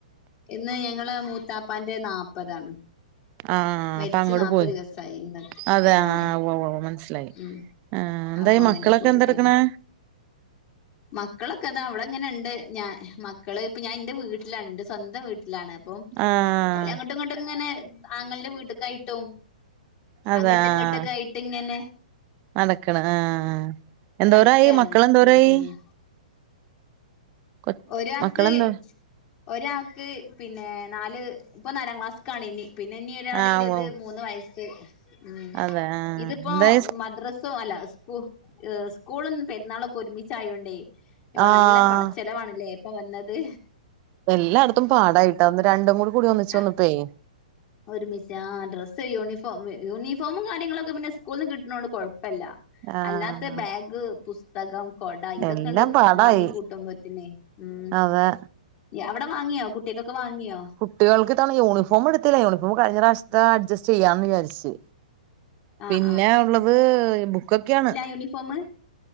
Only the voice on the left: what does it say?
ഇന്ന് ഞങ്ങളെ മൂത്താപ്പാന്റെ നാപ്പതാണ്.
മരിച്ച
നാല്പ്പ
ദിവസായി ഇന്നത്തെ
ആഹ്
ഉം
അപ്പങ്ങട്ട്
പോയതേനി.
മക്കളൊക്കെ ഇതാ അവിടെങ്ങനെണ്ട് ഞാൻ മക്കള് ഇപ്പ ഞാൻ ഇന്റെ വീട്ടിലാണ് ഇന്റെ സ്വന്തം വീട്ട ട്ടിലാണ് അപ്പം
ഓല് അങ്ങോട്ടും ഇങ്ങോട്ടും ഇങ്ങനെ അങ്ങളന്റെ വീട്ട് ക്കായിട്ടും
അങ്ങട്ട്
ഇങ്ങട്ടൊക്കെ ആയിട്ട് ഇങ്ങനെ
നടക്കാണ്
ഉം ഉം
ഒരാൾക്ക്
ഒരാൾക്ക് പിന്നെ നാല് ഇപ്പൊ നാലാം ക്ലാസ്ക്കാണ് ഇനി. പിന്നെ ഇനി ഒരാളില്ലത്
മൂന്ന് വയസ്സ് ഉം
ഇതിപ്പോ
മദ്രസ് സോ അല്ല സ്കൂ ഏഹ് സ്കൂളും പെരുന്നാളൊക്കെ ഒരുമിച്ചായൊണ്ടേ ഇപ്പ
നല്ല പണ ചെലവാണല്ലേ ഇപ്പൊ വന്നത്.
ആ
ഒരുമിച്ച് ആ ഡ്രസ്സ് യൂണിഫോം യൂണിഫോമും കാര്യങ്ങളൊക്കെ പിന്നെ സ്കൂൾന്ന് കിട്ടുന്നോണ്ട് കുഴപ്പല്ല.
അല്ലാത്ത ബാഗ്, പുസ്തകം, കൊട ഇതൊക്കെണ്ട്
വാങ്ങിക്കൂട്ടുമ്പോത്തനെ. ഉം
എ അവിടെ വാങ്ങിയോ കുട്ടികക്കൊക്കെ വാങ്ങിയോ?
ആഹ്
യൂനിഫോമ്